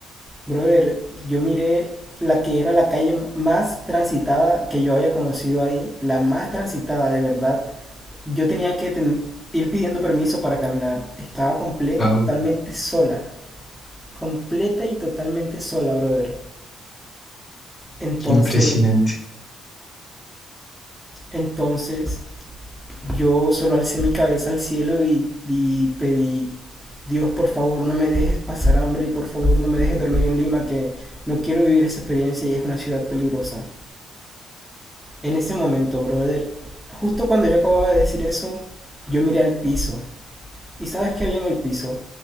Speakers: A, in the centre; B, on the left.
A: brother, yo miré la que era la calle más transitada que yo había conocido ahí. La más transitada, de verdad. Yo tenía que ten- ir pidiendo permiso para caminar. Estaba completa
B: Wow,
A: y totalmente sola. Completa y totalmente sola, brother. Entonces,
B: Qué impresionante.
A: entonces yo solo alcé mi cabeza al cielo y, y pedí, Dios, por favor, no me dejes pasar hambre y por favor, no me dejes dormir en Lima, que no quiero vivir esa experiencia y es una ciudad peligrosa. En ese momento, brother, justo cuando yo acababa de decir eso, yo miré al piso. ¿Y sabes qué había en el piso?